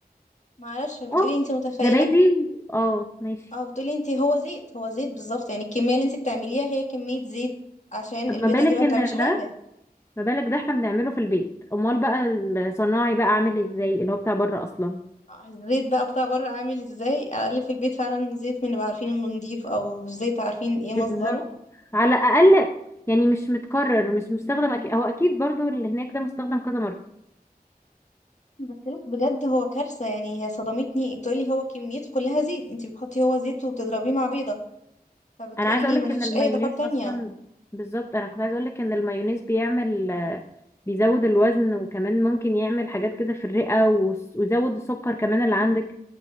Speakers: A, on the left; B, on the left.
A: معرفش فبتقولي
B: اه
A: انت متخيلة
B: زبادي و- اه ماشي
A: اه بتقولي انت هو زيت هو زيت بالظبط يعني الكمية اللي انت بتعمليها هي كمية زيت عشان
B: طب
A: البيضة
B: ما بالك
A: دي ما بتعملش
B: ان
A: حاجة
B: ده ما بالك ده احنا بنعمله في البيت امال بقى الصناعي بقى عامل ازاي اللي هو بتاع بره اصلا
A: آه، الزيت بقى بتاع بره عامل ازاي على الأقل في البيت فعلا زيت من اللي بقى عارفين انه نضيف او زيت عارفين ايه مصدره
B: بالظبط على الاقل يعني مش متكرر مش مستخدم أكيد هو اكيد برضو اللي هناك ده مستخدم كذا مرة
A: بس لا بجد هو كارثة يعني هي صدمتني بتقولي هو كميته كلها زيت انت بتحطي هو زيت وبتضربيه مع بيضة فبتقولي
B: انا عايزه اقولك
A: ما فيش
B: ان المايونيز
A: اي اضافات تانية
B: اصلا بالظبط انا كنت عايزه اقولك ان المايونيز بيعمل آه، بيزود الوزن وكمان ممكن يعمل حاجات كده في الرئه وس- ويزود السكر كمان اللي عندك